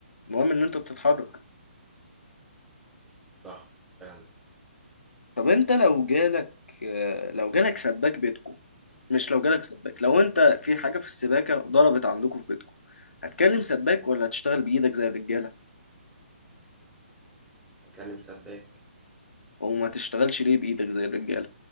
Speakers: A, on the left; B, in the centre.
A: المهم ان انت بتتحرك
B: صح فعلا
A: طب انت لو جالك اه، لو جالك سباك بيتكو مش لو جالك سباك لو انت في حاجة في السباكة ضربت عندكم في بيتكو هتكلم سباك ولا هتشتغل بإيدك زي الرجالة
B: بتكلم سباك
A: او ما تشتغلش ليه بإيدك زي الرجالة